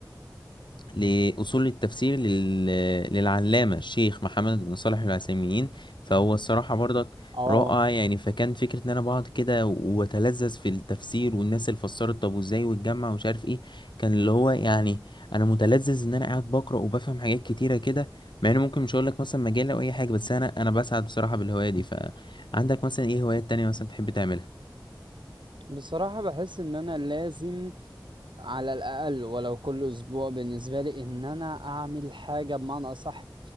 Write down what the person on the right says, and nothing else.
اه
بصراحة بحس ان انا لازم على الاقل ولو كل اسبوع بالنسبة لي ان انا اعمل حاجة بمعنى اصح